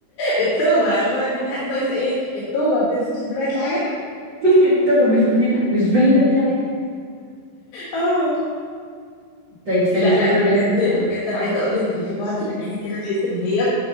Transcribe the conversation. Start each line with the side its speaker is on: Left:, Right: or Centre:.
Left: التوبة اللي هو اللي أنا ناقص ايه التوبة ما تلفتش انتباهك لحاجة
Right: التوبه مش باينه مش باينه اي حاجه
Left: اه
Right: طيب استني
Left: لا
Right: افكر
Left: لا
Right: لك
Left: بجد بجد انا عايزه اقول لك ان في بعض الاغاني كده تحس ان هي